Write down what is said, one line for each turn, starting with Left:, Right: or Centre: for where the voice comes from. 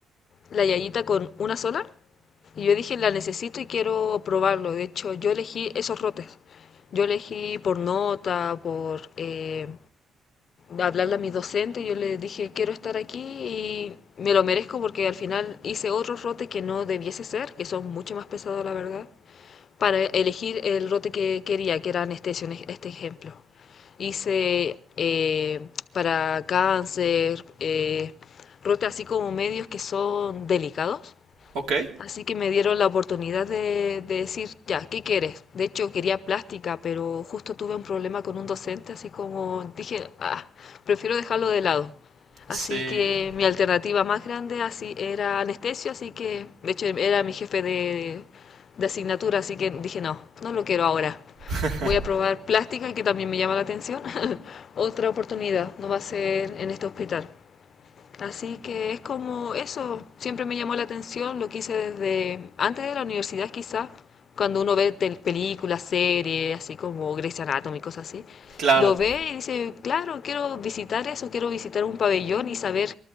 Left: la yayita con una sola. Y yo dije, la necesito y quiero probarlo. De hecho, yo elegí esos rotes. Yo elegí por nota, por eh, hablarle a mis docentes, yo les dije, quiero estar aquí y me lo merezco porque al final hice otros rotes que no debiese ser, que son mucho más pesados, la verdad para elegir el rote que quería, que era anestesio, en este ejemplo. Hice eh, para cáncer, eh, rote así como medios que son delicados
Right: ¿Ok?
Left: Así que me dieron la oportunidad de, de decir, ya, ¿qué quieres? De hecho, quería plástica, pero justo tuve un problema con un docente, así como dije, ah, prefiero dejarlo de lado.
Right: Sí,
Left: Así que mi alternativa más grande así era anestesio, así que, de hecho, era mi jefe de, de asignatura, así que dije, no, no lo quiero ahora.
Right: <laughs>
Left: Voy a probar plástica, que también me llama la atención. <laughs> Otra oportunidad, no va a ser en este hospital. Así que es como eso, siempre me llamó la atención, lo quise desde antes de la universidad quizás, cuando uno ve tel- películas, series, así como Grey's Anatomy, cosas así,
Right: claro.
Left: lo ve y dice, claro, quiero visitar eso, quiero visitar un pabellón y saber